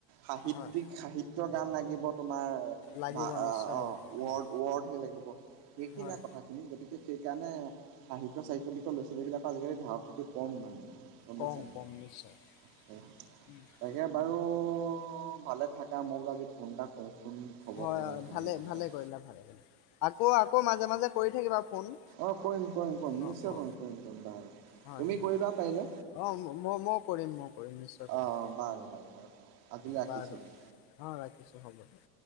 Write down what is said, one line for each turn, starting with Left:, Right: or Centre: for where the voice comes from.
Right: সাহিত্যিক
Left: হয়
Right: সাহিত্য গান লাগিব তোমাৰ
Left: লাগিব
Right: মা,
Left: নিশ্চয়
Right: আ, অ'
Left: লাগিব
Right: ৱৰ্ড
Left: হয়
Right: ৱৰ্ডহে লাগিব সেইখিন
Left: হয়
Right: কথা। তুমি গতিকে সেইকাৰণে সাহিত্য চাহিত্য লিখাৰ লৰা ছোৱালীবিলাকৰ আজিকালি ধাউতিটো কম মানে। গমপাছা।
Left: কম
Right: <unintelligible>
Left: কম নিশ্চয় <unintelligible>
Right: তাকে বাৰু ভালে থাকে মোৰ মইও বোলো আজি ফোন এটা কৰোচোন খবৰটো
Left: হয় -হয়
Right: লওঁচোন
Left: ভালে
Right: ইয়াৰ বিষয়ে।
Left: -ভালে কৰিলে ভালে কৰিলা আকৌ আকৌ মাজে মাজে কৰি থাকিবা ফোন।
Right: অ', -কৰিম কৰিম কৰিম
Left: অ
Right: নিশ্চয়
Left: অ
Right: কৰিম কৰিম পম বাৰু।
Left: হয়
Right: তুমি
Left: হয়
Right: কৰিবা পাৰিলে
Left: অ', মই মই কৰিম মই কৰিম নিশ্চয় কৰিম।
Right: অ' বাৰু -বাৰু- হ'ব, আজিলৈ ৰাখিছোঁ
Left: বাৰু অ',
Right: দিয়া।
Left: - ৰাখিছো হ'ব দে।